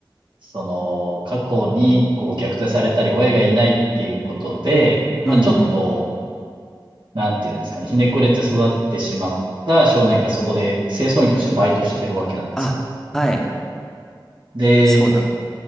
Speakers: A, on the right; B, in the centre.
A: その過去にこう虐待されたり親がいないっていうことで、まあちょっとこ
B: うんうん。
A: なんていうんですかね、ひねくれて育ってしまった少年がそこで清掃員としてバイトしてるわけなんですけど。
B: あ、はい。
A: で、
B: そうだ。